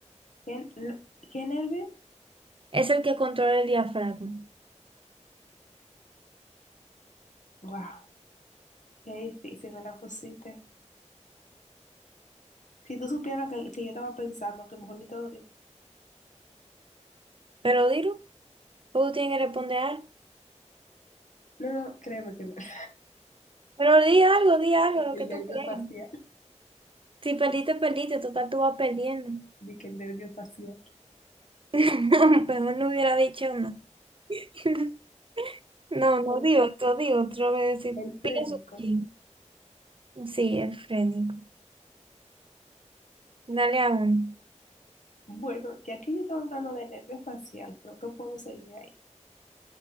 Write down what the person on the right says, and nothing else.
Es el que controla el diafragma.
Pero dilo, tú tienes que responder algo.
Pero di algo, di algo,
lo que
tú creas.
Si perdiste, perdiste, total tú vas perdiendo.
<laughs> No, Mejor no hubiera dicho no. <laughs> No, no,
di otro, di otro, voy a decir,
pienso un chin. Sí, el frénico. Dale a uno.